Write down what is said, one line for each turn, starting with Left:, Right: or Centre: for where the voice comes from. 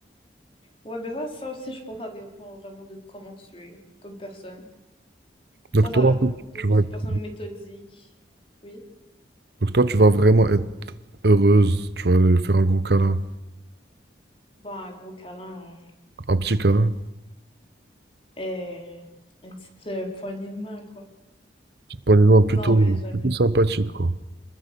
Left: Ouais, ben ça, ça aussi, je pense que ça dépend vraiment de comment tu es comme personne.
Right: Donc,
Left: Toi,
Right: toi,
Left: t'as l'air
Right: en fait,
Left: de, de
Right: tu
Left: plus
Right: vas être...
Left: une personne méthodique. Oui.
Right: Donc toi, tu vas vraiment être heureuse, tu vas lui faire un gros câlin,
Left: Bon, un gros câlin euh,
Right: un petit câlin,
Left: et une petite euh, poignée de main, quoi.
Right: petite poignée de main plutôt,
Left: Non, mais je...
Right: plutôt sympathique, quoi.